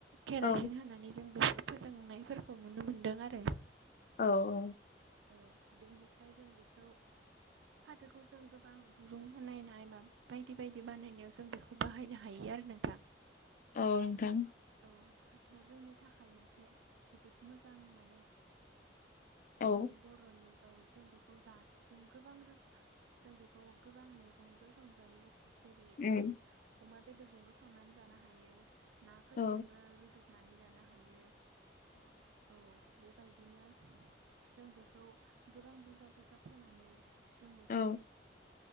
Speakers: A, on the right; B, on the left.
A: खेरासिन
B: औ
A: होनानै जों बेफोर फोजोंनायफोरखौ नुनो मोनदों आरो।
B: औ- औ
A: औ बेनिफ्राय जों बेखौ फाथोखौ जों गोबां दुरुं बाहनायनाय माब बायदि बायदि बानायनायाव जों बेखौ बाहायनो हायो आ <unintelligible> <unintelligible> नोंथां
B: औ नोंथां
A: औ फाथोआ जोंनि थाखाय मोनसे जोबोद मोजां माने
B: औ
A: जोंनि बर'नि औ जों बे खौ जा जों गोबां रो जों बेखौ गोबां मैगंबो संजायो जेरै
B: उम
A: अमा बेदरजोंबो संनानै जानो हायो। नाफोरजोंबो
B: औ
A: रुदुबनानै जानो हायो औ बेबाय दिनो जों बेखौ गोबां बिगा बिगा फोनानै जों बेखौ
B: औ